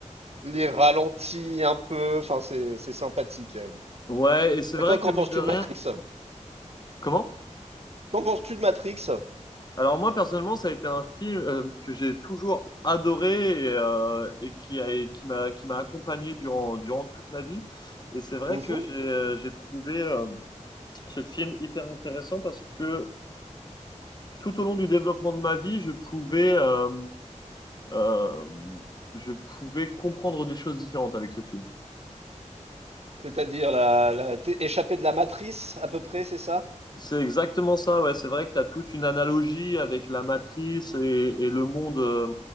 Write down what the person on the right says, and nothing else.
les ralentis un peu, enfin c'est c'est sympathique.
Et toi,
qu'en
penses-tu
de Matrix?
Qu'en penses-tu de Matrix?
Mhm.
C'est-à-dire la, la t'es échappé de la matrice à peu près, c'est ça?